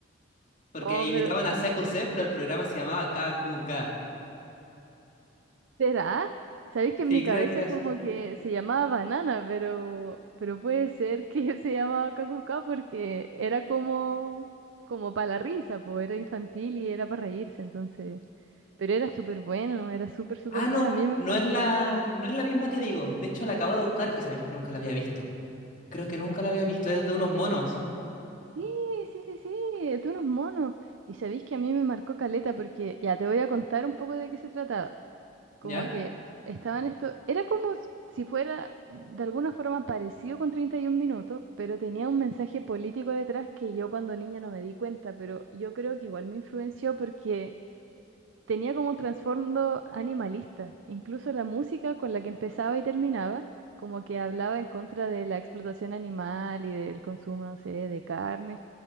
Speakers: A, on the left (about 40°); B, on the right (about 75°).
A: Porque
B: Oh,
A: imitaban
B: pero
A: a CQC, pero el programa se llamaba KQK.
B: ¿será? Sabéis que
A: Sí,
B: en mi cabeza
A: creo que era
B: como
A: así.
B: que se llamaba Banana, pero, pero puede ser que <laughs> se llamaba Kakuka porque era como, como para la risa, pues era infantil y era para reírse, entonces. Pero era súper bueno, era súper, súper
A: Ah,
B: bueno,
A: no,
B: a mí me
A: no
B: marcó.
A: es la, no es la misma que digo. De hecho, la acabo de buscar y sabéis que nunca la había visto. Creo que nunca la había visto, es de unos monos,
B: Sí, sí, sí, sí, tú unos monos. Y sabéis que a mí me marcó caleta porque ya te voy a contar un poco de qué se trataba. Como
A: ¿ya?
B: que estaban esto, era como si fuera de alguna forma parecido con 31 minutos, pero tenía un mensaje político detrás que yo cuando niña no me di cuenta, pero yo creo que igual me influenció porque tenía como un trasfondo animalista. Incluso la música con la que empezaba y terminaba, como que hablaba en contra de la explotación animal y del consumo, no sé, de carne